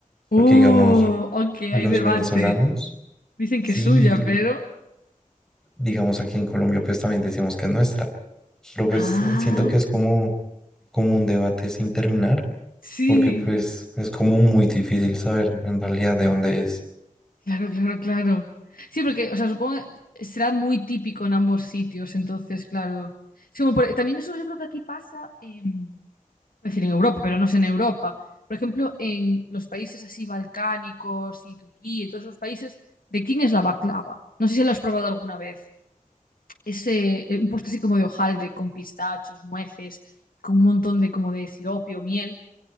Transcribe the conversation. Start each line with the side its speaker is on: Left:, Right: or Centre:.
Left: Uh,
Centre: Porque digamos,
Left: ok,
Centre: los
Left: hay debate.
Centre: venezolanos,
Left: Dicen
Centre: sí,
Left: que es suya,
Centre: l-
Left: pero...
Centre: digamos aquí en Colombia, pues también decimos que es nuestra, pero pues
Left: Ah,
Centre: eh, siento que es como, como un debate sin terminar,
Left: sí.
Centre: porque pues es como muy difícil saber en realidad de dónde es.
Left: Claro, claro, claro. Sí, porque, o sea, supongo que será muy típico en ambos sitios, entonces, claro. Es como por- También eso yo creo que aquí pasa, en- iba a decir en Europa, pero no es en Europa. Por ejemplo, en los países así balcánicos y Turquía y todos esos países, ¿de quién es la baklava? No sé si lo has probado alguna vez. ese, eh, un postre así como de hojaldre, con pistachos, nueces, con un montón de como de sirope o miel,